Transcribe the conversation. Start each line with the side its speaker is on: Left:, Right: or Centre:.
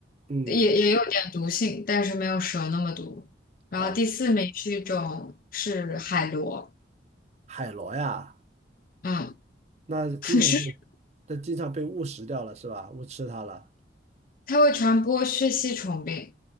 Right: 嗯，
Left: 也也有点毒性，但是没有蛇那么毒。然后第四名是一种是海螺，
Right: 啊，海螺呀，
Left: 嗯，
Right: 那经常会，
Left: <laughs> 是
Right: 那经常被误食掉了是吧？误吃它了。
Left: 它会传播血吸虫病。